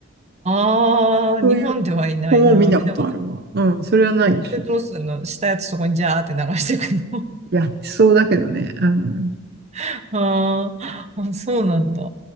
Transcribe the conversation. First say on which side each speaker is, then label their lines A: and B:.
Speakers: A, on the right; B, on the right.
A: あー、
B: <laughs> そういう子も見たことあるわ。
A: 日本ではいないな。見たことない。
B: うん、それはないでしょ。
A: で、どうすんのしたやつそこにジャーって流していくの
B: やってそうだけどね。うん。
A: <laughs> あーあ、そうなんだ。